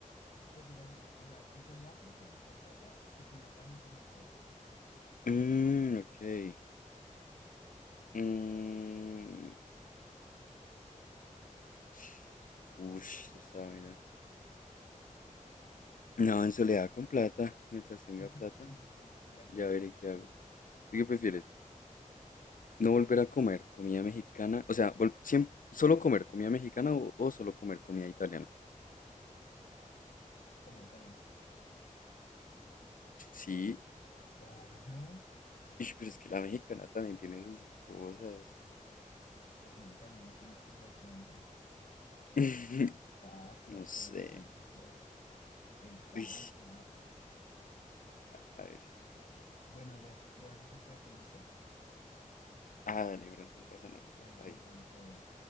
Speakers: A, on the left; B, on the left.
A: Pues, o sea, sí, o sea, en soledad pero con mucha plata o con harta gente pero pobre.
B: Mm, ok. Mm, <sniffs> ush, esa está buena. No, en soledad con plata, mientras tenga
A: <laughs>
B: plata.
A: Sí, sí, sí, estoy de acuerdo,
B: Ya veré
A: estoy de
B: qué
A: acuerdo.
B: hago. ¿Tú qué prefieres? ¿No volver a comer comida mexicana? O sea, siempre, solo comer comida mexicana o, o solo comer comida italiana.
A: Ps, Comida italiana.
B: Sí,
A: Obvio.
B: ish, pero es que la mexicana también tiene sus cosas.
A: No, uf, la comida italiana tiene sus son
B: <laughs>
A: Las pastas,
B: No sé.
A: las pizzas, el pan,
B: Uy,
A: no, sí.
B: a a ver.
A: Bueno, bro, lo dejamos hasta aquí, ¿listo?
B: Ah, dale, bro, no pasa nada.
A: Ya me
B: Está
A: tengo
B: bien.
A: que ir, todo bien.